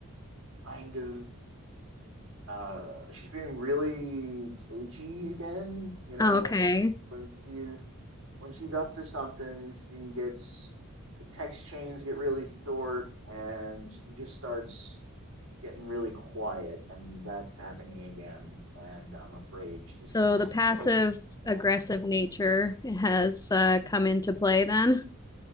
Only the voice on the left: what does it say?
okay.
So
the passive aggressive nature has uh, come into play then.